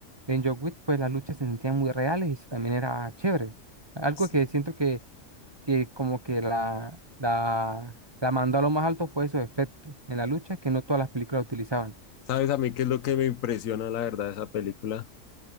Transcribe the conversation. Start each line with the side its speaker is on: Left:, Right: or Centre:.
Right: En John Wick, pues las luchas se sentían muy reales y eso también era chévere. Algo
Left: sí.
Right: que siento que, que como que la, la, la mandó a lo más alto fue esos efectos en la lucha que no todas las películas utilizaban.
Left: ¿Sabes a mí qué es lo que me impresiona, la verdad, de esa película?